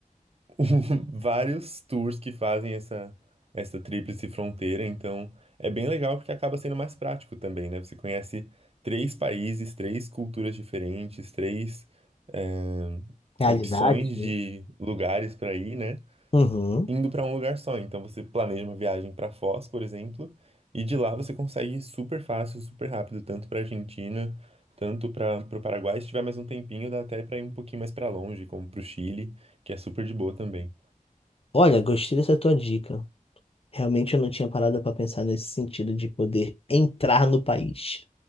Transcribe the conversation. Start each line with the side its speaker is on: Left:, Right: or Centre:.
Right: <laughs> vários tours que fazem essa, essa tríplice fronteira, então é bem legal porque acaba sendo mais prático também, né? Você conhece três países, três culturas diferentes, três hum,
Left: realidades,
Right: opções
Left: né?
Right: de lugares para ir, né?
Left: Uhum.
Right: Indo para um lugar só. Então você planeja uma viagem para Foz, por exemplo, e de lá você consegue ir super fácil, super rápido, tanto para Argentina, tanto para o Paraguai. Se tiver mais um tempinho, dá até para ir um pouquinho mais para longe, como para o Chile, que é super de boa também.
Left: Olha, gostei dessa tua dica. Realmente eu não tinha parado para pensar nesse sentido de poder entrar no país.